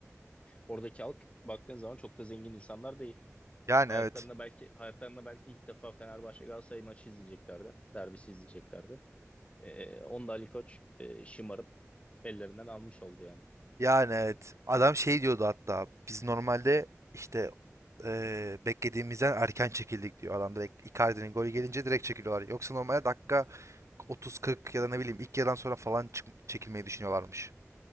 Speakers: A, on the left; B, on the right.
A: oradaki halk baktığın zaman çok da zengin insanlar değil.
B: Yani
A: Hayatlarında
B: evet.
A: belki hayatlarında belki ilk defa Fenerbahçe Galatasaray maçı izleyeceklerdi. Derbisi izleyeceklerdi. Ee, onu da Ali Koç e, şımarıp ellerinden almış oldu yani.
B: Yani evet. Adam şey diyordu hatta. Biz normalde işte ee, beklediğimizden erken çekildik diyor. Adam direkt Icardi'nin golü gelince direkt çekiliyorlar. Yoksa normalde dakika 30-40 ya da ne bileyim ilk yarıdan sonra falan çık- çekilmeyi düşünüyorlarmış.